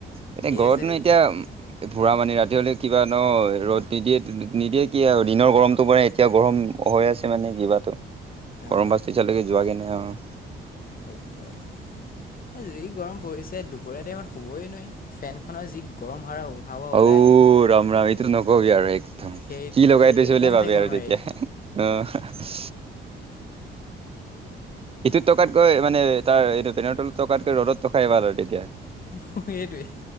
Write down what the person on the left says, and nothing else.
ঠিক
আছে দেই
অ
সেইটোৱেই। এই যি গৰম পৰিছে দুপৰীয়া টাইমত হুবই নোৱাৰি ফেনখনৰ যি গৰম হাৰা হাৱা ওলায়
সেই
সেইটো
একদম
থাকিব
নোৱাৰি
অ সেইটোৱেই